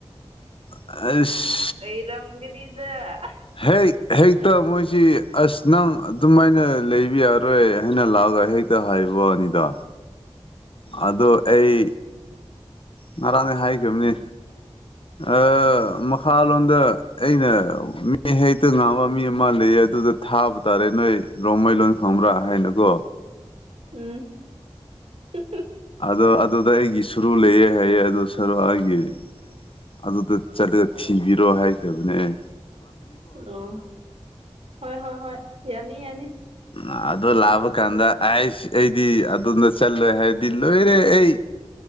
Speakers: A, on the left (about 55°); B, on the right (about 70°).
A: ꯑꯁ
B: ꯂꯩꯔꯝꯒꯅꯤꯗ
A: ꯍꯦꯛ ꯍꯦꯛꯇ ꯃꯣꯏꯁꯤ ꯑꯁ ꯅꯪ ꯑꯗꯨꯝꯥꯃꯥꯏꯅ ꯂꯩꯕ ꯌꯥꯔꯣꯏ ꯍꯥꯏꯅ ꯂꯥꯛ ꯑꯒ ꯍꯦꯛꯇ ꯍꯥꯏꯕ꯭ꯋꯥꯅꯤꯗ ꯑꯗꯣ ꯑꯩ ꯉꯔꯥꯡꯅꯩ ꯍꯥꯏꯈ꯭ꯔꯝꯅꯦ ꯑ‌ ꯃꯈꯥ ꯂꯣꯟꯗ ꯑꯩꯅ ꯃꯤ <unintelligible> ꯍꯦꯛꯇ ꯉꯥꯡꯕ ꯃꯤ ꯑꯃ ꯂꯩꯌꯦ ꯑꯗꯨꯗ ꯊꯥꯕ ꯇꯥꯔꯦ ꯅꯣꯏ ꯔꯣꯡꯃꯩ ꯂꯣꯟ ꯈꯪꯕ꯭ꯔ ꯍꯥꯏꯅꯀꯣ
B: ꯎꯝ <unintelligible>
A: ꯗꯣ ꯑꯗꯨꯗ ꯑꯩꯒꯤ ꯁꯨꯔꯨ ꯂꯩꯌꯦ ꯍꯥꯏꯌꯦ ꯑꯗꯨ ꯁꯔꯨ ꯑꯩꯒꯤ ꯑꯗꯨꯗ ꯆꯠꯂꯒ ꯊꯤꯕꯤꯔꯣ ꯍꯥꯏꯈ꯭ꯔꯕꯅꯦ ꯑꯦ
B: ꯑꯣ ꯍꯣꯏ ꯍꯣꯏ ꯍꯣꯏ ꯌꯥꯅꯤ ꯌꯥꯅꯤ
A: ꯑ ꯑꯗꯨ ꯂꯥꯑꯕ ꯀꯥꯟꯗ ꯑꯥꯏꯁ ꯑꯩꯗꯤ ꯑꯗꫭꯟꯗ ꯆꯠꯂꫭꯏ ꯍꯥꯏꯔꯗꯤ ꯂꯣꯏꯔꯦ ꯑꯩ